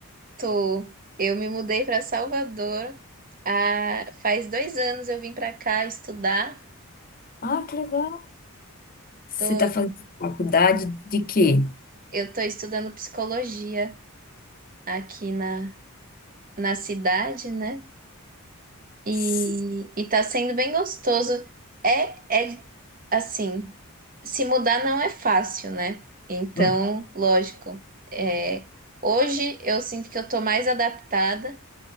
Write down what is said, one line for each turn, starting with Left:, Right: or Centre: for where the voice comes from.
Right: Tô. Eu me mudei para Salvador. Ah, faz dois anos eu vim para cá estudar.
Left: Ah, que legal. Você
Right: Tô,
Left: tá fazendo faculdade de quê?
Right: eu tô estudando psicologia aqui na, na cidade, né? E,
Left: S-
Right: e tá sendo bem gostoso. É, é assim, se mudar não é fácil, né? Então,
Left: hum,
Right: lógico, é, hoje eu sinto que eu tô mais adaptada